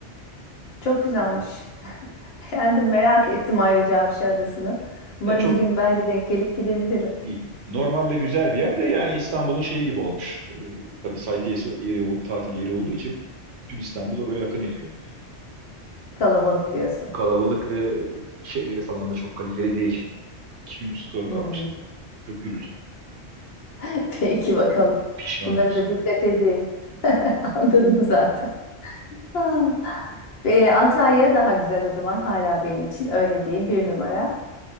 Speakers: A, on the left; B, on the right.
A: Çok güzelmiş. <laughs> Beğendim. Merak ettim ayrıca Avşa Adası'nı. Umarım
B: Ya çok
A: bir gün ben de denk gelip gidebilirim.
B: iyi. Normalde güzel bir yer de yani İstanbul'un şeyi gibi olmuş. Ee, tabii sayfiyesi yeri oldu, tatil yeri olduğu için bütün İstanbul oraya yakın ediyor. Yani
A: Kalabalık diyorsun.
B: kalabalık ve şeyleri falan da çok kaliteli değil. İki gün üstü doğru
A: Hmm.
B: kalmıştı. Çok gürültülü.
A: <laughs> Peki bakalım.
B: Pişmanım.
A: Bunları da dikkat edeyim. <laughs> Anladım zaten. Ha. Ee, Antalya daha güzel o zaman hala benim için öyle diyeyim bir numara.